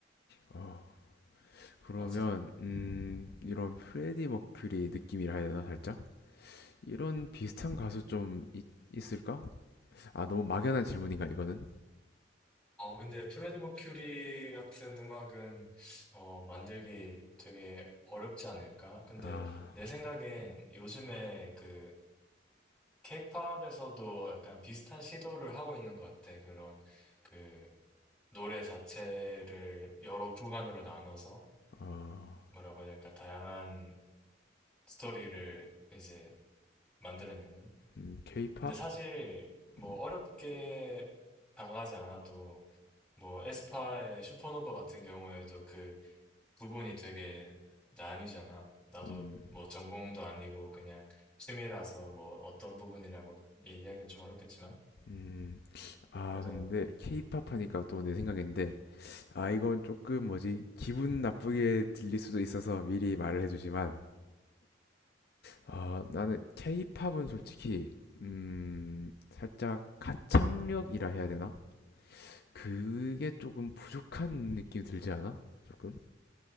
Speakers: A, on the left (about 55°); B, in the centre.
A: 어. 그러면
B: 맞아.
A: 음, 이런 프레디 머큐리 느낌이라 해야 되나 살짝? 이런 비슷한 가수 좀 있, 있을까? 아 너무 막연한 질문인가 이거는?
B: 어, 근데 프레디 머큐리 같은 음악은 어, 만들기 되게 어렵지 않을까? 근데
A: 아,
B: 내 생각엔 요즘에 그 케이팝에서도 약간 비슷한 시도를 하고 있는 것 같아. 그런 그 노래 자체를 여러 구간으로 나눠서
A: 어,
B: 뭐라고 해야 될까? 다양한 스토리를 이제 만들어내는.
A: 음, K-pop?
B: 근데 사실 뭐
A: 음,
B: 어렵게 다가가지 않아도 뭐 에스파의 슈퍼노바 같은 경우에도 그 부분이 되게 나뉘잖아. 나도
A: 음,
B: 뭐 전공도 아니고 그냥 취미라서 뭐 어떤 부분이라고 얘기하기는 좀 어렵겠지만.
A: 음. 아,
B: 그래서,
A: 근데 케이팝
B: 음.
A: 하니까 또 내 생각인데, 아, 이건 조금 뭐지, 기분 나쁘게 들릴 수도 있어서 미리 말을 해주지만, 아, 나는 케이팝은 솔직히, 음, 살짝 가창력이라 해야 되나? 그게 조금 부족한 느낌이 들지 않아? 조금?